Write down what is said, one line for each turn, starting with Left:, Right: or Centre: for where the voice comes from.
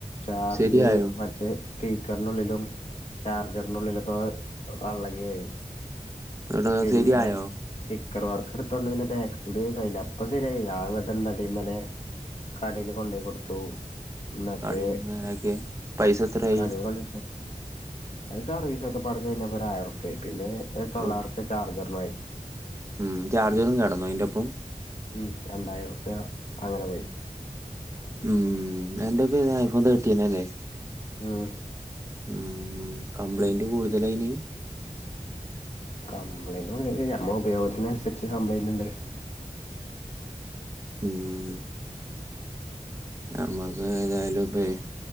Left: ചാർജ്
Right: ശരിയായോ
Left: പക്ഷേ സ്പീക്കറിനുള്ളിലും ചാർജറിൻ്റെുള്ളിലൊക്കെ വള്ളങ്ങിയായി.
Right: എന്നിട്ട്
Left: പിന്നെ?
Right: ശരിയായോ
Left: സ്റ്റിക്കർ വർക്ക് എടുത്തോണ്ട് പിന്നെ ബാക്ക് കൂടി കയ്ല്ല അപ്പൊ ശരിയായി അങ്ങോട്ട് എന്തടന്നല്ലെ. കടയില് കൊണ്ടപോയി കൊടുത്തു. എന്നട്ട്
Right: കടേന്ന് നേരാക്കിയ പൈസ എത്രായി
Left: കട കൊണ്ട് അത് സർവീസ ഒക്കെ പട കഴിഞ്ഞപ്പോ ഒരായിറുപ്പിയാ യി പിന്നെ തൊള്ളായിരം
Right: ഔ
Left: രൂപ ചാർജർന്
Right: ഉം ചാർജറും കിടന്നു അയിന്റൊ പ്പം.
Left: ഉം രണ്ടായിരറുപ്പ്യാ അങ്ങനെ പോയി.
Right: ഉം ന്റെപേര്യഐഫോൺ തേട്ടീനല്ലേ?
Left: ഉം
Right: ഉം കംപ്ലൈന്റ് കൂടുതലായിന്?
Left: കംപ്ലയിൻറ് കൊടു നമ്മ ഉപയോഗത്തിനുസരിച്ച് കംപ്ലയിന്റ് ഉണ്ട്.
Right: ഉം. നമ്മക്ക് ഏതായാലും ഇപ്പേ